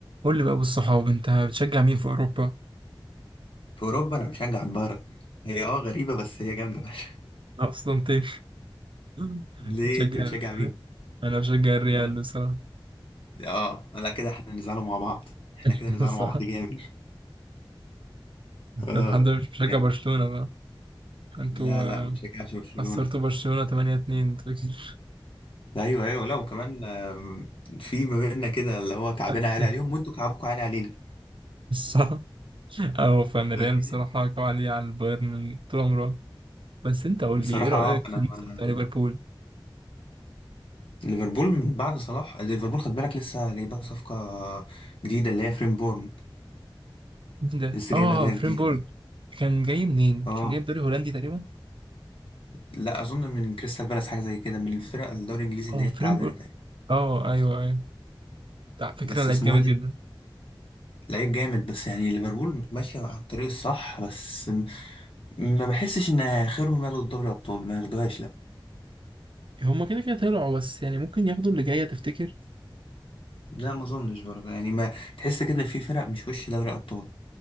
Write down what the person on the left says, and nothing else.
في اوروبا انا بشجع البايرن هي اه غريبه بس هي جامده فشخ
<laughs> ليه
انت بتشجع
مين
اه
اه لا كده احنا نزعلوا مع بعض احنا
كده نزعلوا
مع بعض جامد اه
يعني
لا
لا ما بشجعش برشلونه
لا، ايوه ايوه لا وكمان آم، في ما بيننا كده اللي هو كعبنا
عالي عليهم وانتوا كعبكم عالي علينا
فاهمني؟
بصراحه
اه فانا
ما-
ليفربول من بعد صلاح ليفربول خد بالك لسه جايبه صفقه جديده اللي هي فريمبورن
لسه
جايبه جايه
جديده دي
اه
لا اظن من كريستال بالاس حاجه زي كده من الفرق الدوري الانجليزي اللي
هي التعبانه
تقريبا
بس
اسمه
ايه
ده؟ لعيب جامد بس يعني ليفربول ماشيه على الطريق الصح بس م- ما بحسش ان اخرهم ياخدوا دوري ابطال ما ياخدوهاش لا
لا ما اظنش برضه يعني ما تحس كده في فرق مش وش دوري ابطال